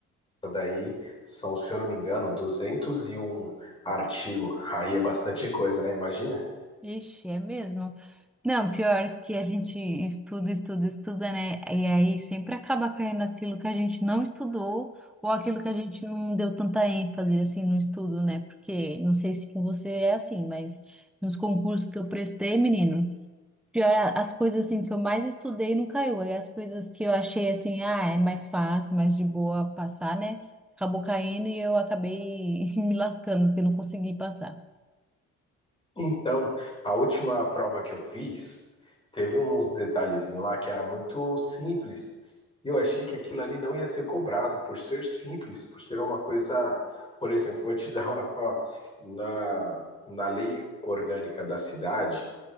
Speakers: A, on the left; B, in the centre.
A: aí são, se eu não me engano, 201 artigos. Aí é bastante coisa, né? Imagina.
B: Ixi, é mesmo. Não, pior que a gente estuda, estuda, estuda, né? E aí sempre acaba caindo aquilo que a gente não estudou ou aquilo que a gente não deu tanta ênfase assim no estudo, né? Porque não sei se com você é assim, mas nos concursos que eu prestei, menino, pior a- as coisas assim que eu mais estudei não caiu. Aí as coisas que eu achei assim, ah, é mais fácil, mais de boa passar, né? Acabou caindo e eu acabei <laughs> me lascando porque eu não consegui passar.
A: Então, a última prova que eu fiz teve uns detalhezinhos lá que era muito simples. E eu achei que aquilo ali não ia ser cobrado por ser simples, por ser uma coisa. Por exemplo, vou te dar uma. Ó, na, na lei orgânica da cidade,